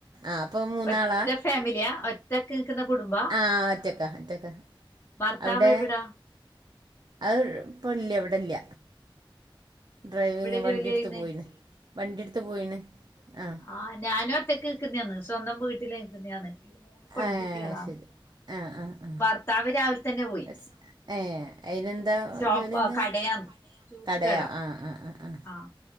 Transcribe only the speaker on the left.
ഒറ്റ ഫാമിലിയാ ഒറ്റക്ക് നിൽക്കുന്ന കുടുംബം
ഭർത്താവ്
എവിടാ
എവിടെ
ജോലി ചെയ്യുന്നെ
ആ ഞാനും ഒറ്റക്ക് നിക്കുന്നതന്ന് സ്വന്തം വീട്ടില് നിക്കുന്നതാണ് മൂന്ന് പെൺകുട്ടികളാണ്
ഭർത്താവ് രാവി - തന്നെ പോയി
ഷോപ്പ്
കടയാന്ന് ജൂസ്
കട
ആഹ